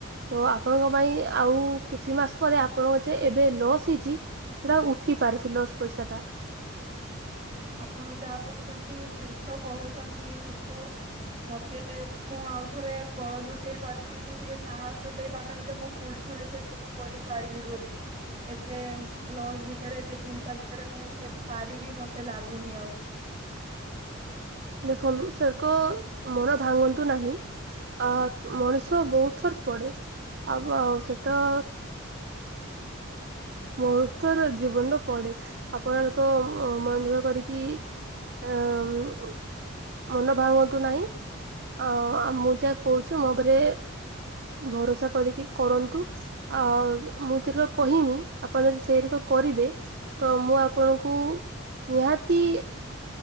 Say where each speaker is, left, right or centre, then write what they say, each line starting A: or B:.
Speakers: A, on the right (about 50°); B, on the right (about 30°).
A: ତ ଆପଣଙ୍କ ପାଇଁ ଆଉ କିଛି ମାସ୍ ପରେ ଆ ଆପଣଙ୍କର ଯେ ଏବେ ଲସ୍ ହେଇଚି ସେଟା ଉଠିପାରେ ସେ ଲସ୍ ପଇସା ଟା।
B: ଆପଣ ଯାହା କହୁଚନ୍ତି ଠିକ୍ ତ କହୁଚନ୍ତି କିନ୍ତୁ ମତେ ମୁଁ ଆଉ ଥରେ ବଳ ଜୁଟେଇ ପାରୁ ନାହିଁ ମୁଁ ଟିକେ ସାହସ୍ ଜୁଟେଇ ପାରୁନାହିଁ ଯେ ମୁଁ ପୁଣିଥରେ ସେ ସବୁ କରିପାରିବି ବୋଲି। ଏତେ ଲସ୍ ଭିତରେ ଏତେ ଚିନ୍ତା ଭିତରେ ମୁଁ ସେ ପାରିବି ମତେ ଲାଗୁନି ଆଉ।
A: ଦେଖନ୍ତୁ ସେ କ ମୋର ଭାଙ୍ଗନ୍ତୁ ନାହିଁ। ଆ -ମଣିଷ ବହୁତ୍ ଥର ପଡେ ଆବ-ଆଉ ସେଟା ମହତ୍ଵର ଜୀବନ ପଡେ ଆପଣଙ୍କ ମ-ମନଦୁଃଖ କରିକି ଆଁ -ଉଁ। ମନ ଭାଙ୍ଗନ୍ତୁ ନାହିଁ ଆ- ଆ- ମୁଁ ଯାହା କହୁଚି ମୋ ଉପରେ ଭରସା କରିକି କରନ୍ତୁ ଆ -ଉ ମୁଁ ତିର କହିମି ଆପଣ ଯଦି ସେଇଠେ ତ କରିବେ ତ ମୁଁ ଆ ଆପଣଙ୍କୁ ନିହାତି